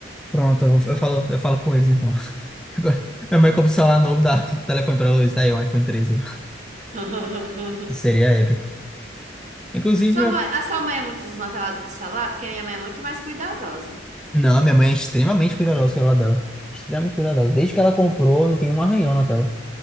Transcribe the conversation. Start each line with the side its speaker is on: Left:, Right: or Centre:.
Centre: pronto, eu, eu falo, eu falo com eles então. <laughs> Agora, minha mãe compra um celular novo, dá <laughs> o telefone pra Luiz, tá aí, um iPhone 13.
Right: <laughs>
Centre: Seria épico. Inclusive,
Right: Sua
Centre: meu.
Right: mãe, a sua mãe é muito desmantelada com o celular, porque a minha mãe é muito mais cuidadosa.
Centre: Não, minha mãe é extremamente cuidadosa com o celular dela. Extremamente cuidadosa. Desde que ela comprou, não tem um arranhão na tela.